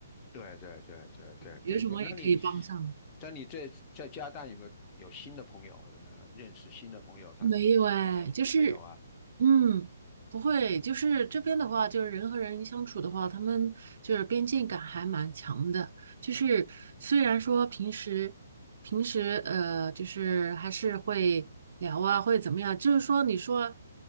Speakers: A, on the left (about 20°); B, on the right (about 50°).
A: 对对对对对对对，
B: 有什么也可以帮上。
A: 那你在你在在加拿大有没有有新的朋友呢？认识新的朋友，他们你们之间没有啊？
B: 没有哎，就是嗯，
A: 啊，
B: 不会，就是这边的话，就是人和人相处的话，他们就是边界感还蛮强的。就是虽然说平时平时呃，就是还是会聊啊，会怎么样，就是说你说